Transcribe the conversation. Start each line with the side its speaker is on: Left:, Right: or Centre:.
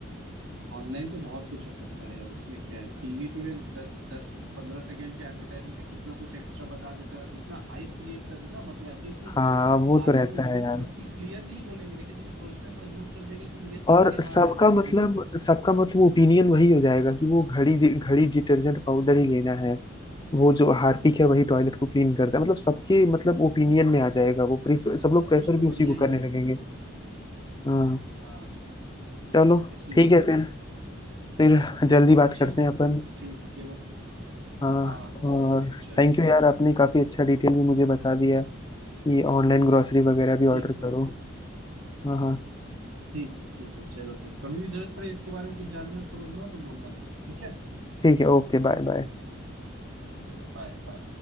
Right: ऑनलाइन तो बहुत कुछ हो सकता है यार उसमें क्या है टीवी पे भी दस दस पंद्रह सेकंड के एडवर्टाइजमेंट में कितना कुछ एक्स्ट्रा बता देते हैं और इतना हाइप क्रिएट कर देते हैं ना मतलब ऐसी ऐसी
Left: हाँ वो
Right: बातें
Left: तो रहता
Right: बोल देंगे
Left: है
Right: ना
Left: यार
Right: जो कि क्लियर नहीं बोलेंगे लेकिन तुम्हें सोचने पर मजबूर कर देंगे तुम ये सोचो
Left: और
Right: कि
Left: सबका
Right: हाँ ऐसा
Left: मतलब
Right: होगा
Left: सबका मतलब ओपिनियन वही हो जाएगा कि वो घड़ी घड़ी डिटर्जेंट पाउडर ही लेना है वो जो हार्पिक है वही टॉयलेट को क्लीन करता है मतलब सबके मतलब ओपिनियन में आ जाएगा वो प्रेफर सब लोग
Right: सब
Left: प्रेफर
Right: कुछ तो
Left: भी
Right: बढ़िया
Left: उसी को
Right: ही
Left: करने
Right: है
Left: लगेंगे हाँ
Right: हाँ
Left: चलो
Right: इसी
Left: ठीक
Right: वजह
Left: है फिर
Right: से
Left: फिर जल्दी बात
Right: ठीक
Left: करते हैं
Right: है
Left: अपन
Right: ठीक है भाई
Left: हाँ
Right: हाँ भाई
Left: और
Right: चलो
Left: थैंक यू यार आपने काफी अच्छा डिटेल में मुझे बता दिया कि ऑनलाइन ग्रोसरी वगैरह भी
Right: ठीक
Left: ऑर्डर
Right: है
Left: करो हाँ हाँ
Right: ठीक ठीक है चलो फिर कभी भी जरूरत पड़े इसके बारे में कुछ जानना समझना हो तो बोलना मुझे ठीक है
Left: ठीक है ओके बाय बाय
Right: चलो बाय बाय